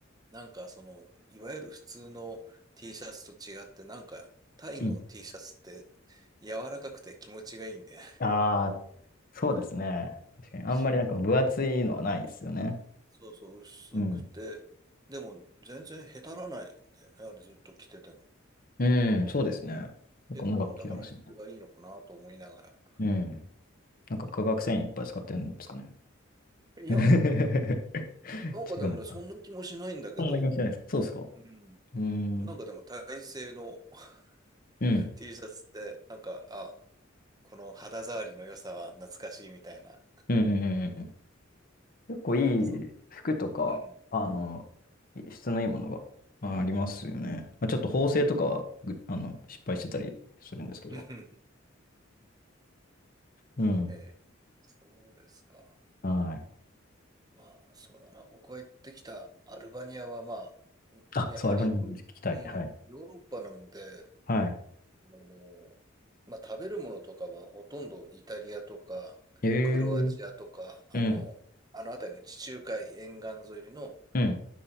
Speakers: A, on the right (about 20°); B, on the left (about 45°).
A: なんかその、いわゆる普通の T シャツと違って、なんかタイの
B: うん。
A: T シャツって柔らかくて気持ちがいいんで、<laughs>
B: ああー、そうですね。確かに。あんまりなんか分厚いのはないですよね。
A: 不思議と。そうそう、薄くて、
B: うん。
A: でも全然へたらないんだよね、あれずっと着てても。
B: うん、そうですね。結構長く切れますよね。
A: 結構だから質がいいのかなと思いながら。
B: うん。なんか化学繊維いっぱい使ってるんですかね。<laughs>
A: いや、
B: 違うのかな。
A: なんかでもね、そんな気もしないんだけど、
B: そんな気もしないです。そうですか。う
A: うん。
B: ーん。
A: なんかでも体製の <laughs>
B: うん。
A: T シャツって、なんか、あ、この肌触りの良さは懐かしいみたいな。
B: うんうんうんうんうん。結構いい服とか、
A: なんかそ、うん。
B: あの、質のいいものがまあありますよね。まあ、ちょっと縫製とかはぐ、
A: うん
B: あの、失敗してたりするんですけど。
A: <laughs> うん
B: うん。
A: ええ、そうですか。
B: はい。
A: まあ、そうだな。僕が行ってきたアルバニアは、まあ、うんやっぱりヨーロ、
B: あ、そう、アルバニアの話聞きたい。
A: うん、
B: はい。
A: ヨーロッパなので、
B: はい。
A: あのーまあ、食べるものとかはほとんどイタリアとか、
B: ええー
A: クロアチアとか、あの、
B: うん。
A: あの辺りの地中海沿岸沿いの
B: うん。